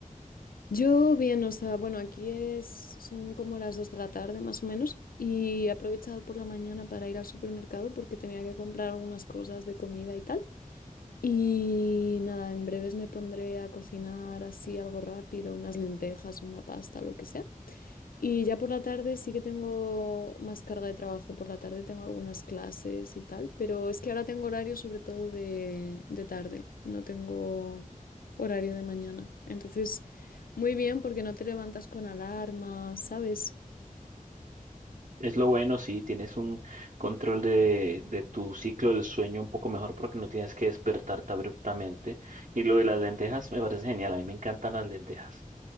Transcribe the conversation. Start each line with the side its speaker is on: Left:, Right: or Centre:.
Left: Yo bien, o sea, bueno, aquí es, son como las 2 de la tarde más o menos y he aprovechado por la mañana para ir al supermercado porque tenía que comprar algunas cosas de comida y tal. Y nada, en breves me pondré a cocinar así algo rápido, unas lentejas, una pasta, lo que sea. Y ya por la tarde sí que tengo más carga de trabajo. Por la tarde tengo algunas clases y tal, pero es que ahora tengo horario sobre todo de, de tarde. No tengo horario de mañana. Entonces, muy bien porque no te levantas con alarma, ¿sabes?
Right: Es lo bueno, sí, tienes un control de, de tu ciclo del sueño un poco mejor porque no tienes que despertarte abruptamente. Y lo de las lentejas me parece genial, a mí me encantan las lentejas.